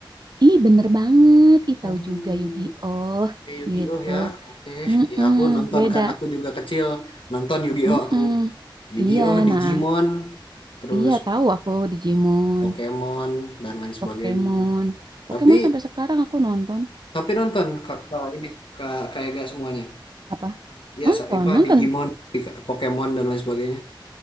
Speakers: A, on the right; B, on the left.
A: Ih, bener banget. Ih,
B: Oh,
A: tahu juga Yu-Gi-Oh
B: kayak Yu-Gi-Oh
A: gitu.
B: ya. Oke,
A: Mm-mm,
B: Ya aku nonton
A: beda.
B: kan. Aku juga kecil nonton Yu-Gi-Oh.
A: Mm-mm.
B: Aku Yu-Gi-Oh,
A: Iya,
B: Digimon,
A: nah,
B: terus
A: iya tahu aku Digimon,
B: Pokemon dan lain sebagainya.
A: Pokemon. Pokemon
B: Tapi
A: sampai sekarang aku nonton
B: tapi nonton kak ini kak kayak gak semuanya.
A: apa?
B: Iya,
A: Nonton,
B: Saipah,
A: nonton.
B: Digimon, Pika- Pokemon dan lain sebagainya.